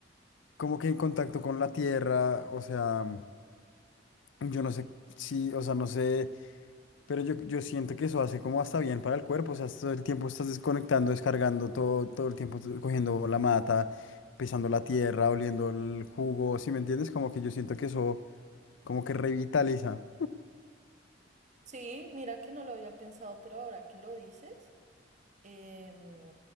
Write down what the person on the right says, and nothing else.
Sí, mira que no lo había pensado, pero ahora que lo dices, em,